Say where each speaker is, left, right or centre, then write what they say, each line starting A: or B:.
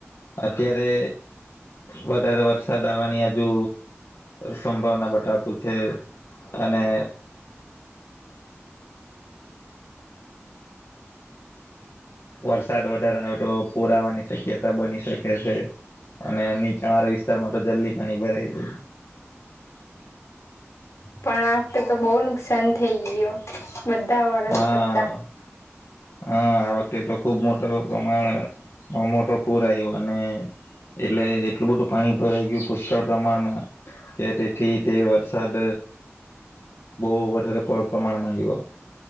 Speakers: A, on the left (about 70°); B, on the left (about 85°).
A: અત્યારે વધારે વરસાદ આવવાની હજુ સંભાવના બતાવતું છે અને વરસાદ વધારે આવે તો પુર આવાની શક્યતા બની શકે છે. અને નીચાણ વાળા વિસ્તારમાં તો જલ્દી પાણી ભરાય જાય.
B: પણ આ વખતે તો બહુ નુકસાન થઈ ગયું. બધા વરસ
A: હા
B: કરતા
A: હા આ વખતે તો ખુબ પ્રમાણ મોટો પૂર આવ્યો અને એટલે એટલું બધું પાણી ભરાઈ ગયું પુષ્કળ પ્રમાણમાં કે તેથી તે વરસાદ બોવ વધારે પ્રમાણમાં આયવો.